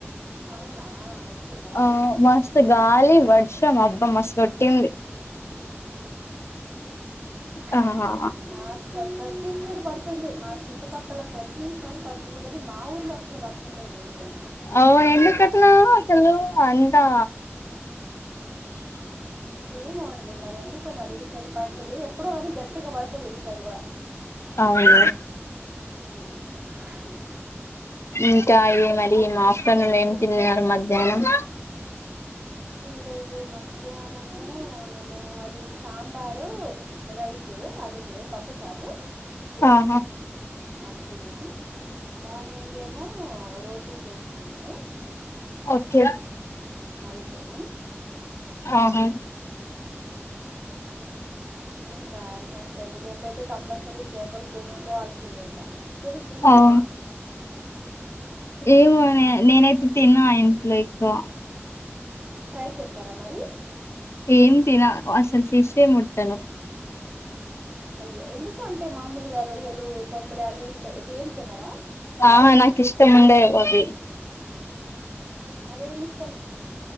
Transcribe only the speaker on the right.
అవునా వచ్చిందా
<inaudible>
ఆహా, మా ప్రతి సైడ్ పడుతుంది మా చుట్టుపక్కల ప్రతి సైడ్ పడుతుంది కాని మా ఊర్లో అసలు వర్షం లేదు ఎందుకు
ఏమో అండి మరి ఎందుకో మరి ఈ సైడ్ పడట్లేదు ఎప్పుడు కానీ గట్టిగా పడుతది ఈ సైడ్ కూడా
అమ్
ఈ రోజు మధ్యాహ్నము నేను అది సాంబారు రైసు అది ఉండే పప్పుసారు
అది తిన్నాం మార్నింగ్ ఏమో రోటీ చేసిన నేను
అది తిన్నాం
ఇంకా అంతే అండి రేపు అయితే కంపల్సరీ చేపలు తెచ్చుకోవాల్సింది ఇంకా మీకు తిష్టం
ఫ్రై తింటారా మరి
అయ్యో ఎందుకు అంటే మామూలు గా రొయ్యలు బొమ్బడాలు ఈస ఇవేం తినరా
మరేమి ఇ